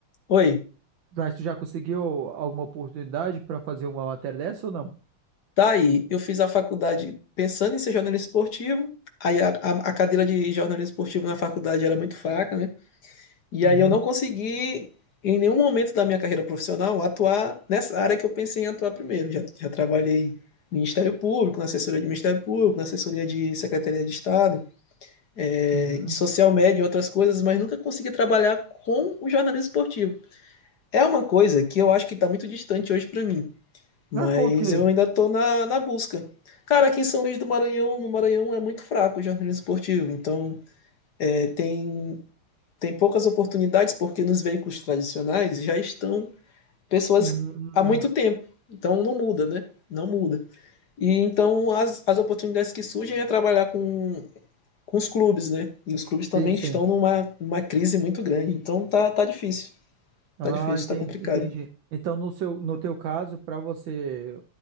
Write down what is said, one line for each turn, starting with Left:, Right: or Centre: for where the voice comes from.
Left: Oi,
Right: mas tu já conseguiu alguma oportunidade para fazer uma matéria dessa ou não?
Left: tá aí. Eu fiz a faculdade pensando em ser jornalista esportivo. Aí a, a a cadeira de jornalismo esportivo na faculdade era muito fraca, né? E
Right: Uhum,
Left: aí eu não consegui, em nenhum momento da minha carreira profissional, atuar nessa área que eu pensei em atuar primeiro. Já, já trabalhei no Ministério Público, na assessoria de Ministério Público, na assessoria de Secretaria de Estado, eh,
Right: uhum.
Left: de social media e outras coisas, mas nunca consegui trabalhar com o jornalismo esportivo. É uma coisa que eu acho que está muito distante hoje para mim, mas
Right: Ah, foi o quê?
Left: eu ainda estou na, na busca. Cara, aqui em São Luís do Maranhão, no Maranhão é muito fraco o jornalismo esportivo, então eh, tem tem poucas oportunidades porque nos veículos tradicionais já estão pessoas
Right: Hum,
Left: há muito tempo. Então não muda, né? Não muda. E então as, as oportunidades que surgem é trabalhar com, com os clubes, né? E os clubes também
Right: sim, sim.
Left: estão numa uma crise muito grande. Então tá, tá difícil.
Right: Ah,
Left: Tá difícil,
Right: entendi,
Left: tá complicado.
Right: entendi. Então, no seu, no teu caso, para você